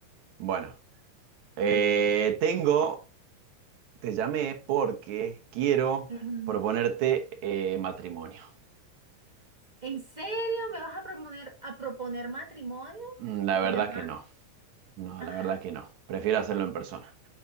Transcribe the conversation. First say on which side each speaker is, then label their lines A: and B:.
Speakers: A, on the right; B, on the right.
A: Bueno, eh,
B: dime.
A: tengo, te llamé porque quiero
B: Ujú.
A: proponerte eh, matrimonio.
B: ¿En serio me vas a proponer, a proponer matrimonio
A: Mm, La
B: por
A: verdad
B: llamar?
A: que no, no,
B: Ah,
A: la verdad que no. Prefiero hacerlo en persona.